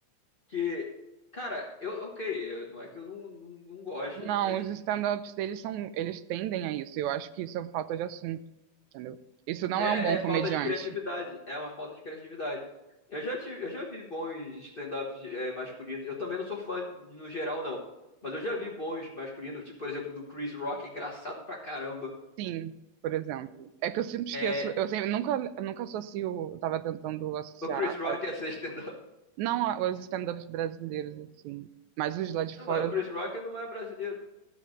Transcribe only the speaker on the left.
Que, cara, eu, ok, eu- não é que eu não, não, não goste,
mas
é,
é
falta de criatividade. É uma falta de criatividade. Eu já tive, eu já vi bons stand-ups é, masculinos. Eu também não sou fã no geral, não. Mas eu já vi bons masculinos, tipo, por exemplo, do Chris Rock, é engraçado pra caramba.
É,
o Chris Rock
ia ser stand-up.
Não,
mas o Chris Rock não é brasileiro.